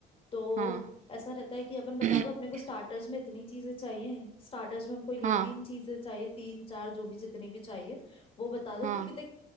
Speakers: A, on the left; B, on the right.
A: तो
B: हाँ
A: ऐसा रहता है कि अपन बता
B: <clears throat>
A: दो अपने को स्टार्टर्स में इतनी चीजें चाहिए स्टार्टर्स में हमको ये
B: हाँ
A: तीन चीजें चाहिए तीन चार जो भी जितनी भी चाहिए वो बता दो
B: हाँ
A: क्योंकि देख